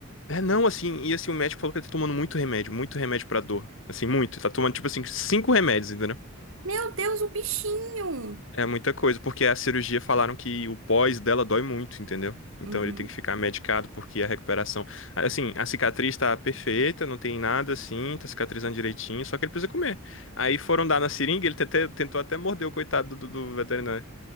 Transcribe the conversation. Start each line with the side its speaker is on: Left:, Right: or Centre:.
Left: É, não, assim, e assim, o médico falou que ele tá tomando muito remédio, muito remédio pra dor, assim, muito, tá tomando, tipo assim, cinco remédios, entendeu?
Right: Meu Deus, o bichinho!
Left: É muita coisa, porque a cirurgia falaram que o pós dela dói muito, entendeu? Então
Right: Uhum.
Left: ele tem que ficar medicado porque a recuperação, assim, a cicatriz tá perfeita, não tem nada, assim, tá cicatrizando direitinho, só que ele precisa comer. Aí foram dar na seringa, ele tete- tentou até morder o coitado do, do do veterinário.